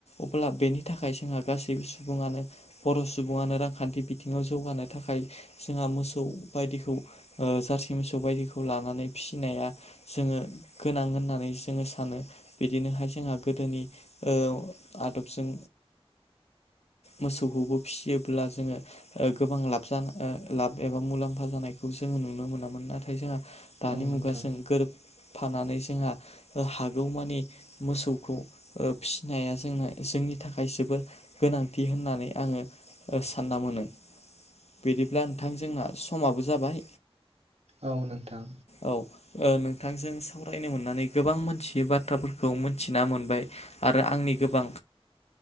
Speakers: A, on the left; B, on the right.
A: अब्ला बेनि थाखाय जोंहा गासैबो सुबुङानो बर' सुबुङानो रांखान्थि बिथिङाव जौगानो थाखाय जोंहा मोसौ बायदिखौ ओ जारसि मोसौ बायदिखौ लानानै फिसिनाया जोङो गोनां होननानै जोङो सानो बिदिनोहाय जोंहा गोदोनि ओ आदबजों मोसौखौबो फिसियोब्ला जोङो ओ गोबां लाब <unintelligible> लाब एबा मुलाम्फा जानायखौ जोङो नुनो मोनामोन नाथाय जोंहा दानि
B: औ
A: मुगा
B: नोंथां
A: सोंखोर फानानै जोंहा ओ हागौमानि मोसौखौ ओ फिसिनाया जोंना जोंनि थाखाय जोबोर गोनांथि होननानै आङो सानना मोनो। बिदिब्ला नोंथां जोंना समाबो जाबाय।
B: औ नोंथां।
A: औ ओ नोंथांजों सावरायनो मोननानै गोबां मोथियै बाथ्राफोरखौ मिथिना मोनबाय। आरो आंनि गोबां